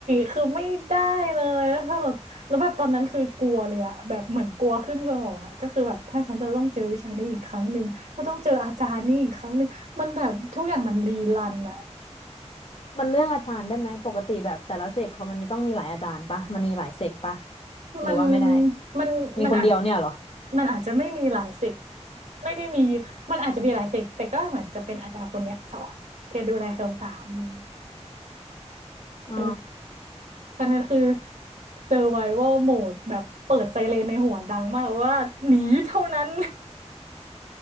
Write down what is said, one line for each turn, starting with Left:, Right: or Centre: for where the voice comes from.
Right: คือไม่ได้เลยแล้วถ้าเราแล้วแบบตอนนั้นคือกลัวเลยอะแบบเหมือนกลัวขึ้นสมองอะก็คือแบบถ้าฉันจะต้องเจอวิชานี้อีกครั้งหนึ่งก็ต้องเจออาจารย์นี่อีกครั้งหนึ่งมันแบบทุกอย่างมันรีรันอะ
Left: มันเรื่องอาจารย์ได้ไหมปกติแบบแต่ละเซกเขามันมีต้องมีหลายอาจารย์ปะมันมีหลายเซกปะหรือว่าไม่ได้
Right: มันมันมันอาจ
Left: มีคนเดียวเนี่ยเหรอ
Right: มันอาจจะไม่มีหลายเซกไม่ได้มี มันอาจจะมีหลายเซกแต่ก็เหมือนจะเป็นอาจารย์คนเนี้ยสอนแกดูแลเคลสามอะไรเงี้ย
Left: อ๋อ
Right: เออตอนนั้นคือ survival mode แบบเปิดไซเรนในหัวดังมากว่าหนีเท่านั้น